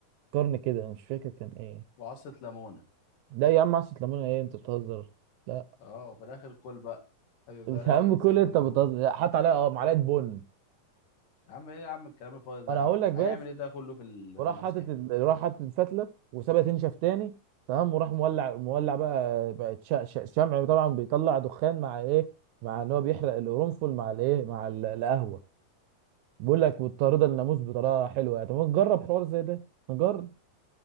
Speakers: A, on the right; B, on the left.
A: قرن كده أنا مش فاكر كان ايه
B: وعصة ليمونة
A: ده يا عم عصة ليمونه ايه انت بتهزر لا
B: اه وفي الاخر كل بقى هابي
A: <laughs>
B: باري
A: يا عم كل
B: زي تو
A: انت
B: يو
A: بتهزر لا، حط عليها اه معلقه بن
B: يا عم ايه يا عم الكلام الفاضي ده
A: انا
B: يا
A: هقول
B: عم
A: لك بس
B: هيعمل ايه ده كله في الناموس
A: وراح حاطط
B: يعني
A: ال- راح حاطط الفتله وسابها تنشف تاني تمام وراح مولع مولع بقى بقت شا- شا- شمع طبعا بيطلع دخان مع ايه مع ان هو بيحرق القرنفل مع الايه مع ال- القهوه بيقول لك مضطرده الناموس بطريقه حلوه يعني طب ما نجرب حوار زي ده نجرب